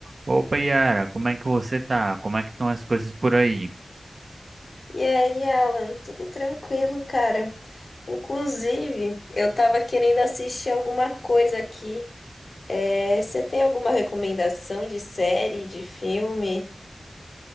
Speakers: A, on the right (about 55°); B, on the left (about 65°).
A: Opa, Yara, como é que você tá? Como é que estão as coisas por aí?
B: E aí, Alan, tudo tranquilo, cara? Inclusive, eu tava querendo assistir alguma coisa aqui. É, você tem alguma recomendação de série, de filme?